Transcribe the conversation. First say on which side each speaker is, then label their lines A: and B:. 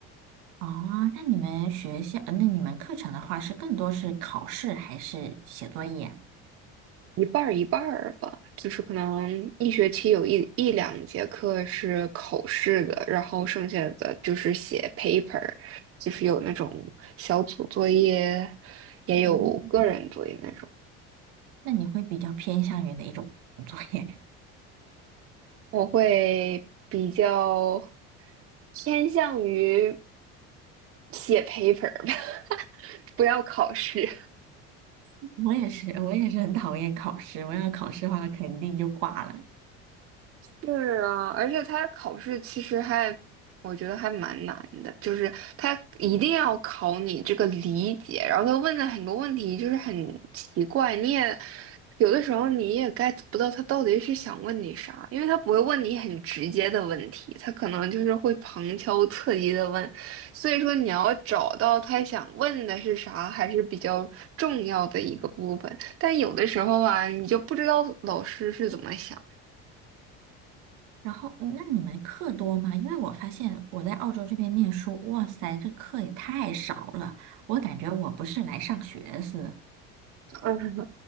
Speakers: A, on the right (about 80°); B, on the right (about 45°).
A: 哦，那你们学校，呃那你们课程的话是更多是考试还是写作业？
B: 一半儿一半儿吧，就是可能一学期有一一两节课是考试的，然后剩下的就是写 paper，就是有那种小组作业，也有个人作业那种。
A: 嗯那你会比较偏向于哪一种作业？
B: 我会比较偏向于写 paper 吧，<laughs> 不要考试。
A: <laughs> 我也是，我也是很讨厌考试。我要考试的话，肯定就挂了。
B: 是啊，而且他考试其实还，我觉得还蛮难的，就是他一定要考你这个理解，然后他问的很多问题就是很奇怪，你也有的时候你也 get 不到他到底是想问你啥，因为他不会问你很直接的问题，他可能就是会旁敲侧击的问，所以说你要找到他想问的是啥，还是比较重要的一个部分，但有的时候啊，你就不知道老师是怎么想。
A: 然后，嗯那你们课多吗？因为我发现我在澳洲这边念书，哇塞，这课也太少了，我感觉我不是来上学似的。
B: 的。